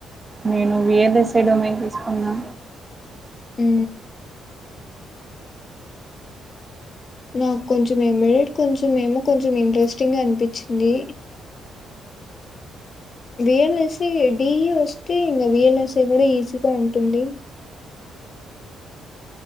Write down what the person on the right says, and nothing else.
నేను V L S A domain తీసుకున్నా